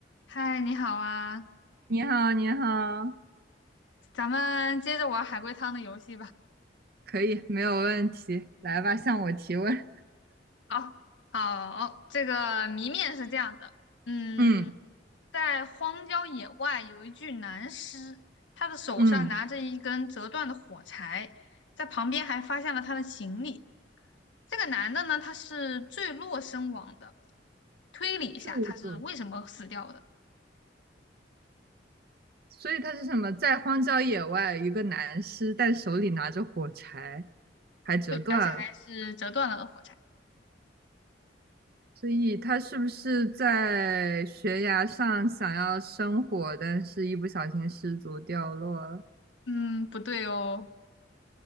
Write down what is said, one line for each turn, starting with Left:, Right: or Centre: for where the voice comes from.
Left: 嗨，你好啊，
Right: 你好，你好，
Left: 咱们接着玩海龟汤的游戏吧。
Right: 可以，没有问题，来吧，向我提问。
Left: 好，好，这个谜面是这样的，嗯，
Right: 嗯
Left: 在荒郊野外有一具男尸，他的手上拿着一根折断的火柴，
Right: 嗯，
Left: 在旁边还发现了他的行李。这个男的呢，他是坠落身亡的，推理一下他是为什么死掉的，
Right: 这个主所以他是什么？在荒郊野外，一个男尸，但手里拿着火柴，还折断了。
Left: 对，而且还是折断了的火柴。
Right: 所以他是不是在悬崖上想要生火，但是一不小心失足掉落了？
Left: 嗯，不对哦，